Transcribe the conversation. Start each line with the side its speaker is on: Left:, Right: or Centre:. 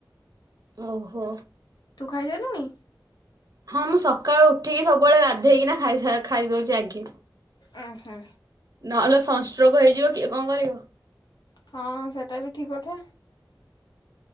Right: ଓହୋ
Left: ତୁ ଖାଇସାଇଲୁଣି।
Right: ହଁ ମୁଁ ସକାଳୁ ଉଠିକି ସବୁବେଳେ ଗାଧେଇକିନା ଖାଇ ସା ଖାଇ ଦୋଉଚି ଆଗେ।
Left: ଓହୋ
Right: ଅଲ ସଷ୍ଟ୍ରଗୋ ହେଇଯିବ କିଏ କଣ କରିବ।
Left: ହଁ ସେଟା ବି ଠିକ କଥା